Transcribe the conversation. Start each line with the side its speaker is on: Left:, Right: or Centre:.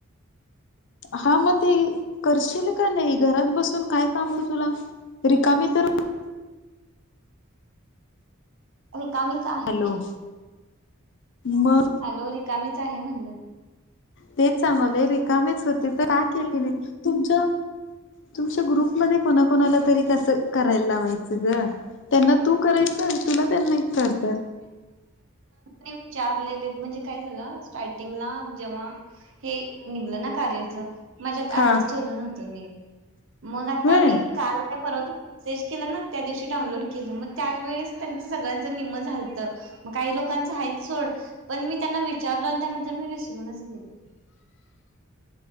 Left: हा म ते करशील का नाही घरात बसून काय काम तुला रिकामी च तर
Right: रिकामीच आहे
Left: हॅलो मग
Right: हॅलो रिकामीच आहे म्हणलं
Left: तेच चांगवलंय रिकामेच होते तर काय केली नाही तुमच तुमच्या ग्रुप मध्ये कोणाकणाला तरी कसं करायला लावायचं ग त्यांना तू करायच तुला त्यांना करतात
Right: विचारलेले म्हणजे काय झालं स्टार्टिंगला जेव्हा हे निघलं ना कारलचं माझ्यात
Left: हा
Right: आपस ठेवलं नव्हतं मी मग आता
Left: होय
Right: मी काल काय परवा मेसेज केलं ना त्या दिवशी डाउनलोड केलं मग त्यावेळेस त्यांच सगळ्यांच निम्म झालतं मग काही लोकांचं हायचं सोड पण मी त्यांना विचारलो आणि त्यानंतर मी विसरूनच गेलो